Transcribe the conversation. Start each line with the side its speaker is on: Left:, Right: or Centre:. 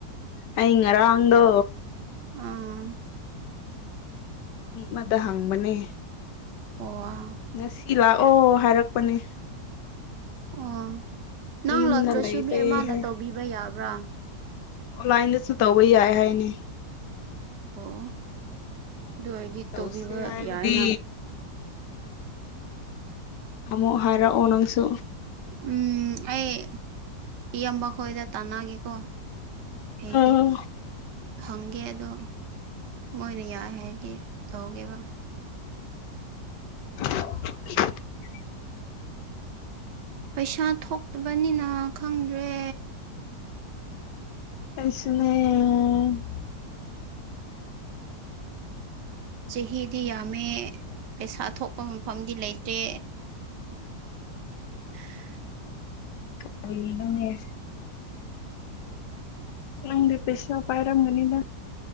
Left: ꯑꯩ ꯉꯔꯥꯡꯗꯣ
Right: ꯑꯥ
Left: ꯃꯤ ꯑꯃꯗ ꯍꯪꯕꯅꯦ
Right: ꯑꯣꯋꯥ
Left: ꯉꯁꯤ ꯂꯥꯛꯑꯣ ꯍꯥꯏꯔꯛꯄꯅꯦ
Right: ꯑꯣ ꯅꯪ
Left: ꯑꯩ ꯌꯨꯝꯗ
Right: ꯂꯛꯇ꯭ꯔꯁꯨ
Left: ꯂꯩꯇꯦ
Right: ꯃꯤ ꯑꯃꯥꯅ
Left: ꯍꯥꯏ
Right: ꯇꯧꯕꯤꯕ ꯌꯥꯕ꯭ꯔꯥ
Left: ꯑꯣꯟꯂꯥꯏꯟꯗꯁꯨ ꯇꯧꯕ ꯌꯥꯏ ꯍꯥꯏꯅꯦ
Right: ꯑꯣ ꯑꯗꯨ ꯑꯣꯏꯗꯤ
Left: ꯇꯧꯁꯦ
Right: ꯇꯧꯕꯤꯕ
Left: ꯍꯥꯏꯔꯗꯤ
Right: ꯌꯥꯏꯅ
Left: ꯑꯃꯨꯛ ꯍꯥꯏꯔꯛꯑꯣ ꯅꯪꯁꯨ
Right: ꯎꯝ ꯑꯩ ꯏꯌꯥꯝꯕ ꯈꯣꯏꯗ ꯇꯥꯟꯅꯒꯦꯀꯣ ꯍꯦꯡꯒꯤ
Left: ꯑꯥ
Right: ꯍꯪꯒꯦ ꯑꯗꯣ ꯃꯣꯏꯅ ꯌꯥꯏ ꯍꯥꯏꯔꯗꯤ ꯇꯧꯒꯦꯕ
Left: <inaudible>
Right: ꯄꯩꯁꯥ ꯊꯣꯛꯇꯕꯅꯤꯅ ꯈꯪꯗ꯭ꯔꯦ
Left: ꯑꯩꯁꯨꯅꯦ
Right: ꯆꯍꯤꯗꯤ ꯌꯥꯝꯃꯦ ꯄꯩꯁꯥ ꯊꯣꯛꯄ ꯃꯐꯝꯗꯤ ꯂꯩꯇ꯭ꯔꯦ <unintelligible>
Left: <unintelligible> ꯍꯪꯗꯤ ꯄꯩꯁꯥ ꯄꯥꯏꯔꯝꯒꯅꯤꯗ